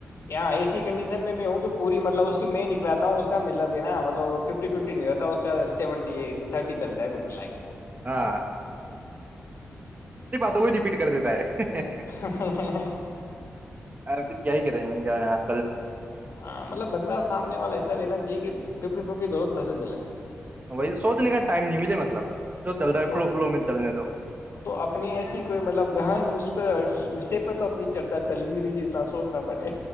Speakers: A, on the left; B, on the right.
A: یہاں ایسی کنڈیشن میں میں ہوں کہ پوری مطلب اس کی میں نکلاتا ہوں اس کا مطلب بھی نا مطلب ففٹی ففٹی نہیں ہوتا ہے اس کا سیونٹی تھرٹی چلتا ہے گ ملا کے
B: ہاں وہی ریپیٹ کر دیتا ہے
A: کے وہ
B: ار پھر کیا ہی کرے ہیں <inaudible>
A: ہاں مطلب بندہ سامنے والا ایسا رہنا چاہ <inaudible> ففٹی ففٹی دورتے چلے
B: وہی سوچنے کا ٹائم نہیں ملے مطلب جو چل رہا ہے
A: تو
B: فلو فلو میں چلنے دو
A: تو اپنی ایسی کوئی مطلب گہن اس پہ اسے پ تو اپنی چرچا چل ہی بھی نہیںیے اتنا سوچنا پڑے